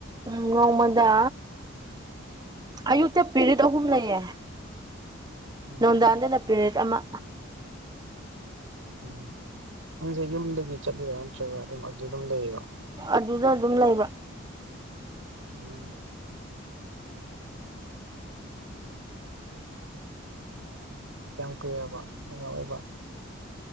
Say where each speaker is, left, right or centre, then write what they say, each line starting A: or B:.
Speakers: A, on the right; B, on the right.
A: ꯎꯝ ꯅꯣꯡꯃꯗ ꯑꯌꯨꯛꯇ ꯄꯦꯔꯤꯠ ꯑꯍꯨꯝ ꯂꯩꯌꯦ
B: ꯎꯝ
A: ꯅꯨꯡꯗꯥꯡꯗꯅ ꯄꯤꯔꯤꯠ ꯑꯃ
B: ꯎꯝ ꯅꯪꯁꯦ ꯌꯨꯝꯗꯒꯤ ꯆꯠꯂꯤꯔꯥ ꯅꯠꯇ꯭ꯔꯒ ꯑꯗꯨꯝ ꯑꯗꯨ ꯑꯗꯨꯝ ꯂꯩꯔꯤꯔꯣ
A: ꯑꯗꯨꯗ ꯑꯗꯨꯝ ꯂꯩꯕ
B: <unintelligible> ꯀꯌꯥꯝ ꯀꯨꯏꯔꯕ ꯑꯣꯖꯥ